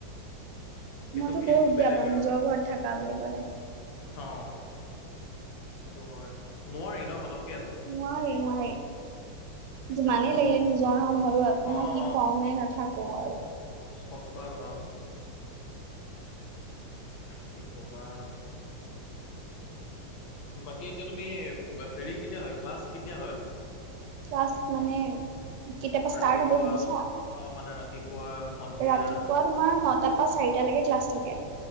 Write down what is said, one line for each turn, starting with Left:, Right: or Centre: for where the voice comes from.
Right: ',
Left: সেইটো
Right: মইতো
Left: ফিল্ডটো
Right: বহুত বেয়া
Left: বেলেগ
Right: পাওঁ
Left: আৰু
Right: নিজৰ ঘৰত থাককা বুলি ক'লে
Left: অ', েইটো হয় নোৱাৰি ন সতক
Right: ন ম
Left: দিগদাৰ
Right: যিমানেই
Left: হয়
Right: লাগিলে
Left: বহুত
Right: নিজৰ নয়তো
Left: অঁ
Right: থাকি পাও নাই নাথাকো আৰু
Left: সচা কথাও কি ক'বা বাকী এতিয়া তুমি হেৰি কেতিয়া হয় ক্লাছ কেতি হয়
Right: কাষ্ট মানে কেতিয়াবা ষ্টাৰ্ট
Left: ৰাতিপুৱা
Right: হব সুধিছা
Left: অঁ মানে ৰাতিপুৱা সন্ধিয়া
Right: ৰাতিপুৱা
Left: ৰাতি
Right: তোমাৰ নটাত অ', াৰিটা লাগে ক্লাছ থাকে